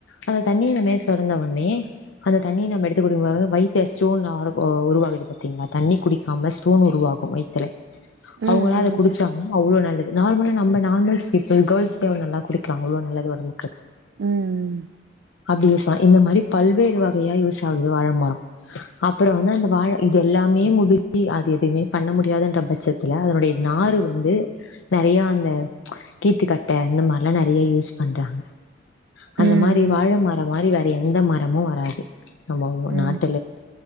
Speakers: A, on the left; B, on the right.
A: அந்த தண்ணி அந்தமேரி சொரந்த வுட்னே அந்த தண்ணிய நம்ம எடுத்து குடிக்கும்போது வைத்த ஸ்டோன்னாருக்கோ உருவாகுது பாத்தீங்களா தண்ணி குடிக்காம ஸ்டோன் உருவாகும் வைத் த்ல
B: ம் ம்
A: அவங்களா அத குடிச்சா
B: ம்
A: அதூனா அவ்ளோ நல்லது நார்மலா நம்ம நார்மல்ஸ் பீப்பிள் கேர்ள்ஸ்லா நல்லா குடிக்கலா அவ்ளோ நல்லது ஒடம்புக்கு
B: ம் ம்
A: அப்டி யூஸாகூ இந்த மாதிரி பல்வேறு வகையா யூஸ் ஆகூ வாழமரோ அப்புறம் வந்து அந்த வாழ இது எல்லாமே முடிச்சி அது எதுவுமே பண்ண முடியாதுன்ற பட்சத் துல அதனுடைய நாறு வந்து நெறையா அந்த கீத்துக்கட்ட அந்த மாரிலாம் நெறைய யூஸ் பண்றாங்க
B: ம்
A: அந்த மாரி வாழ மரம் மாரி வேற எந்த மரமும் வராது நம்போ
B: ம்
A: நாட்